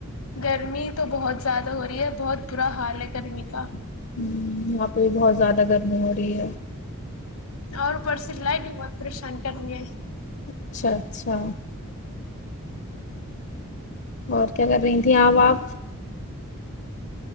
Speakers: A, on the left (about 80°); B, on the left (about 50°).
A: گرمی تو بہت زیادہ ہو رہی ہے بہت برا حال ہے گرمی کا
B: ہ یہاں پہ بھی بہت زیادہ گرمی ہو رہی ہے
A: اور اوپر س لائٹ بھی بہت پریشان کر رہی ہے
B: اچھا اچھا اور کیا کر رہی تھیں آپ آپ